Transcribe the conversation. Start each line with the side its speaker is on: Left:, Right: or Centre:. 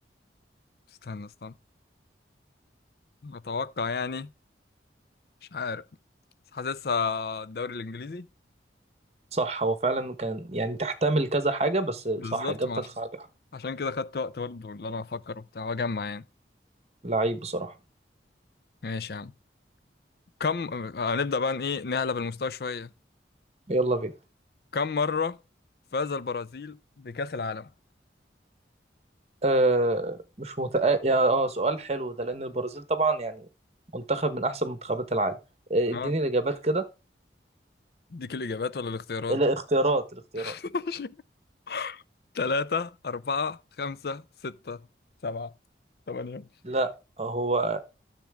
Left: استنى استنى اتوقع يعني مش عارف بس حاسسها الدوري الانجليزي
Right: صح هو فعلا كان يعني تحتمل كذا حاجة بس صح
Left: بالظبط
Right: اجابتك
Left: ما عشان
Right: صح
Left: عشان كده خدت وقت برضه اللي انا افكر وبتاع واجمع يعني
Right: لعيب بصراحة
Left: ماشي يا عم كم آه، هنبدأ بقى إن ايه نعلى بالمستوى شوية
Right: يلا بينا
Left: كم مرة فاز البرازيل بكأس العالم
Right: آه مش متأ... يا اه سؤال حلو ده لأن البرازيل طبعا يعني منتخب من أحسن منتخبات العالم آه اديني
Left: اه
Right: الإجابات كده
Left: اديك الاجابات ولا الاختيارات
Right: الاختيارات الاختيارات
Left: <laughs> ثلاثة أربعة خمسة ستة سبعة ثمانية
Right: لا هو